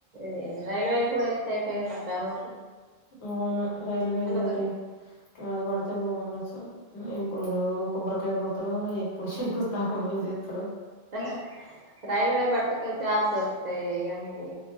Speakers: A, on the right (about 50°); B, on the left (about 75°).
A: ఇది రైల్వే కూడా అయితయిగా చక్కగా రోడ్
B: అవును రైల్వేది అది
A: దొరికితాయి
B: అది పడితే బాగుండు అసలు ఎప్పుడు కొబ్బరికాయ కొడతరో ఎప్పుడు శంకు స్థాపనలు చేస్తరో
A: ఆ రైల్వే పడితే కొన్ని జాబ్ దొరుకుతాయి గానీ